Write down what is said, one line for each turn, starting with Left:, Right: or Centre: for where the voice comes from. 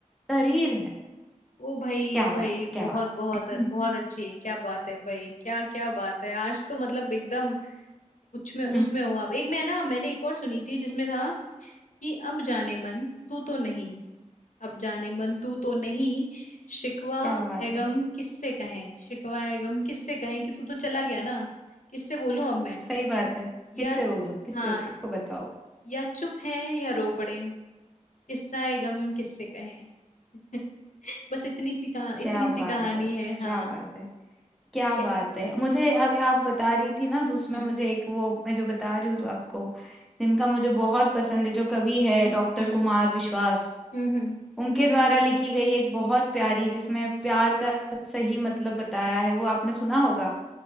Centre: तहरीर है
Left: ओ भाई
Centre: क्या बात
Left: भाई
Centre: है क्या
Left: बहुत
Centre: बात
Left: बहुत
Centre: हम्म,
Left: बहुत अच्छी है क्या बात है भाई क्या क्या बात है आज तो मतलब एकदम उसमें उसमें
Centre: हम्म,
Left: हो आप एक मैं ना मैंने एक और सुनी थी जिसमें था कि अब जाने मन तू तो नहीं अब जाने मन तू तो नहीं शिकवा
Centre: क्या बात
Left: ए गम
Centre: है
Left: किससे कहें शिकवा ए गम किससे कहें कि तू तो चला गया ना किससे बोलूं अब मैं
Centre: सही बात है
Left: या
Centre: किससे बोलूं किससे
Left: हाँ
Centre: किसको बताओ
Left: या चुप है या रो पड़े किस्सा ए गम किससे कहें <laughs> बस इतनी सी कहा
Centre: क्या
Left: इतनी सी
Centre: बात
Left: कहानी
Centre: है
Left: है हाँ
Centre: क्या बात है क्या
Left: के-
Centre: बात है मुझे अभी आप बता रही थी ना तो उसमें
Left: हम्म
Centre: मुझे एक वो मैं जो बता रही हूँ तो आपको जिनका मुझे बहुत पसंद है जो कवि है डॉक्टर
Left: हम्म
Centre: कुमार विश्वास
Left: हम्म हम्म,
Centre: उनके द्वारा लिखी गई एक बहुत प्यारी जिसमें प्यार का सही मतलब बताया है वो आपने सुना होगा